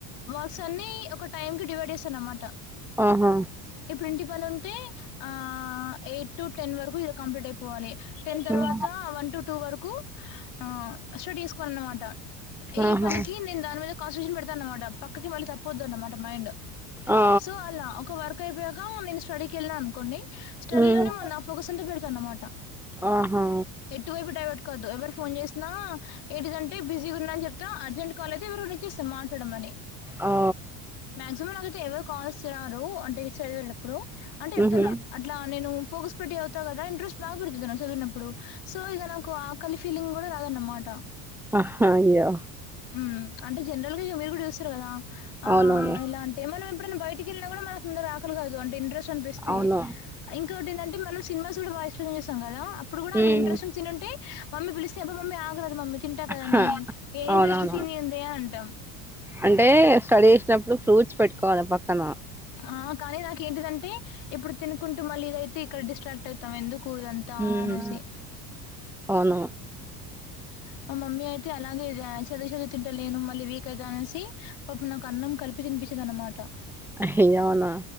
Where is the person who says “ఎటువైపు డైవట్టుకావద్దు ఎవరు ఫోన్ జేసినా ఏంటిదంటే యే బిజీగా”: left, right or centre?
Left